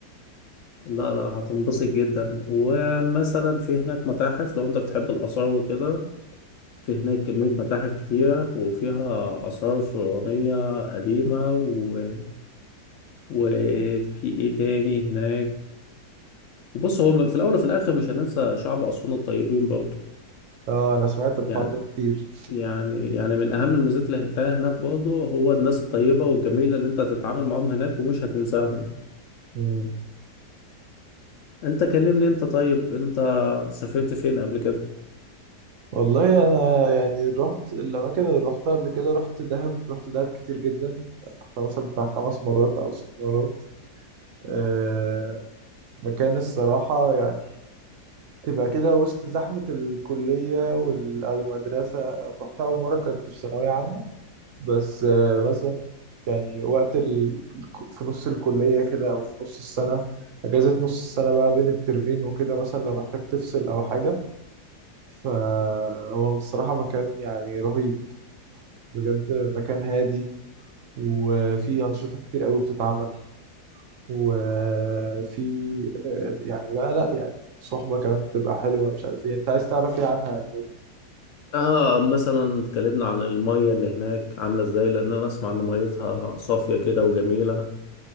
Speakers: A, on the left (about 65°); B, on the right (about 65°).
A: لا لا هتنبسط جدا ومثلا في هناك متاحف لو انت بتحب الآثار وكده في هناك كمية متاحف كتيرة وفيها آثار فرعونية قديمة و... وفي ايه تاني هناك وبص هو م- في الأول وفي الآخر مش هننسى شعب أسوان الطيبين برضه
B: اه انا سمعت الحوار
A: يعني
B: ده كتير
A: يعني يعني من أهم الميزات اللي هتلاقيها هناك برضه هو الناس الطيبة والجميلة اللي انت هتتعامل معاهم هناك ومش هتنساهم
B: مم.
A: انت كلمني انت طيب انت سافرت فين قبل كده؟
B: والله انا يعني رحت الاماكن اللي رحتها قبل كده رحت دهب رحت دهب كتير جدا أنا مثلا بتاع خمس مرات او ست مرات أه مكان الصراحه يعني تبقى كده وسط زحمه الكليه وال او مدرسه رحتها اول مره كنت في ثانويه عامه بس أه مثلا يعني وقت ال... في نص الكليه كده او في نص السنه اجازه نص السنه بقى بين الترمين وكده مثلا لو محتاج تفصل او حاجه فهو بصراحه مكان يعني رهيب بجد مكان هادي وفي أنشطة كتير قوي بتتعمل وفي آه، يعني بقى لا يعني صحبة كمان بتبقى حلوة مش عارف ايه انت عايز تعرف ايه عنها يعني
A: اه مثلا اتكلمنا عن المية اللي هناك عاملة ازاي لان انا اسمع ان ميتها صافية كده وجميلة